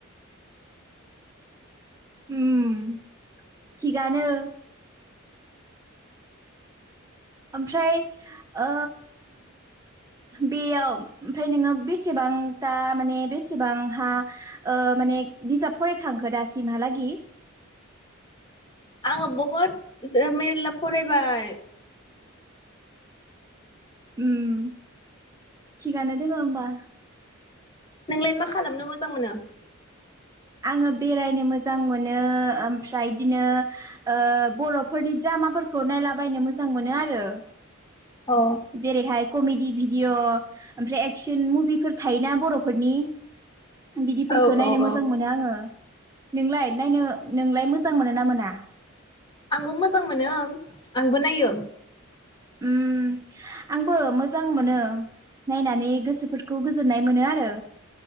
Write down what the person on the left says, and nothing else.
आङो बहुद मेर्ला फरायबाय।
नोंलाय मा खालामनो मोजां मोनो?
अ
औ
औ
औ
आंबो मोजां मोनो आंबो नायो।